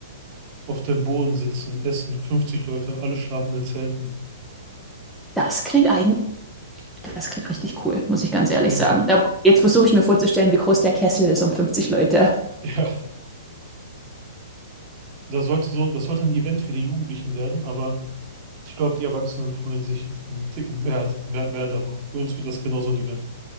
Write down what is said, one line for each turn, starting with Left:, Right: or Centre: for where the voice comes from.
Right: Auf dem Boden sitzen, essen, 50 Leute, alle schlafen in Zelten.
Centre: das klingt eigentlich, das klingt richtig cool, muss ich ganz ehrlich
Right: Ja,
Centre: sagen. Da, jetzt versuche ich mir vorzustellen, wie groß der Kessel ist um 50 Leute.
Right: <laughs> ja. Das sollte so, das sollte ein Event für die Jugendlichen werden, aber. Ich glaube, die Erwachsenen freuen sich einen Ticken mehr, mehr, mehr darauf. Für uns wird das genau so ein Event.